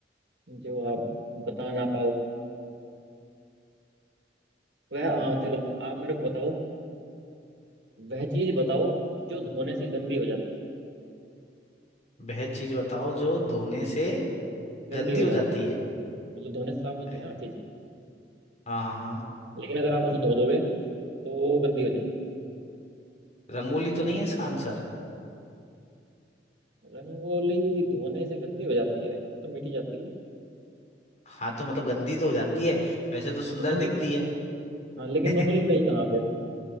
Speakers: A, on the right; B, on the left.
A: जो आप बता ना पाओ वह हाँ चलो आप मेरे को बताओ वह चीज बताओ जो धोने से गंदी हो जाती है
B: वह चीज बताओ जो धोने से
A: गंदी
B: गंदी
A: हो
B: हो
A: जाती
B: जाती
A: है
B: है
A: मतलब धोने से साफ होती
B: अरे,
A: है ना हर चीज
B: हाँ हाँ हाँ
A: लेकिन अगर आप उसे धो दोगे तो गंदी हो जाएगी
B: रंगोली तो नहीं है इसका आंसर
A: रंगोली धोने से गंदी हो जाती है वो तो मिटी जाती है
B: हाँ तो मतलब गंदी तो हो जाती है वैसे तो सुंदर
A: तो रंग
B: दिखती है
A: हाँ लेकिन रंगोली
B: <laughs>
A: रही कहाँ फिर